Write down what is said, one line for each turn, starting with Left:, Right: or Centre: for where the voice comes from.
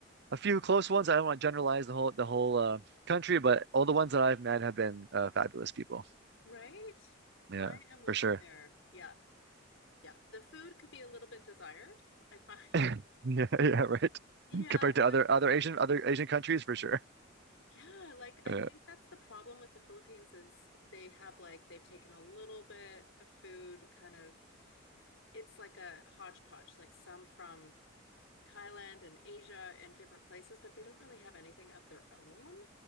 Right: a few close ones. I don't want to generalize the whole the whole uh, country, but all the ones that I've met have been uh, fabulous people.
Left: right?
Right: Yeah,
Left: I am with
Right: for sure.
Left: you there. Yeah, yeah. The food could be a little bit desired, I find.
Right: <laughs>
Left: <laughs>
Right: Yeah,
Left: It,
Right: yeah, right.
Left: yeah,
Right: <laughs> Compared
Left: it
Right: to
Left: was.
Right: other other Asian other Asian countries, for sure.
Left: Yeah, like I
Right: <laughs> Yeah.
Left: think that's the problem with the Philippines is they have like they've taken a little bit of food kind of it's like a hodgepodge, like some from Thailand and Asia and different places, but they don't really have anything of their own,